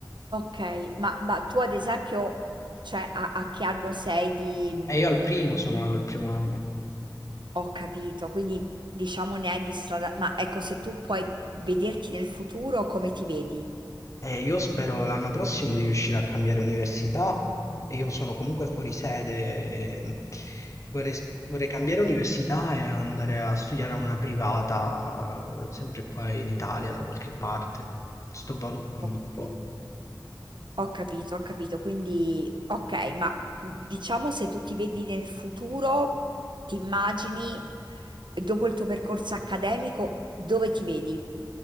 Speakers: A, on the right; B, on the left.
A: ok, ma, ma tu ad esempio, cioè, a, a che anno sei di... mm,
B: E io al primo sono al primo anno.
A: ho capito, quindi diciamo ne hai di strada... Ma ecco, se tu puoi vederti nel futuro, come ti vedi?
B: Eh, io spero l'anno prossimo di riuscire a cambiare università. e Io sono comunque fuori sede. e Vorrei, vorrei cambiare università e andare a studiare a una privata, eh, sempre qua in Italia, da qualche parte. Sto valutando
A: Ho capito.
B: un po'.
A: Ho capito, ho capito. Quindi, ok, ma diciamo se tu ti vedi nel futuro, ti immagini eh, dopo il tuo percorso accademico, dove ti vedi?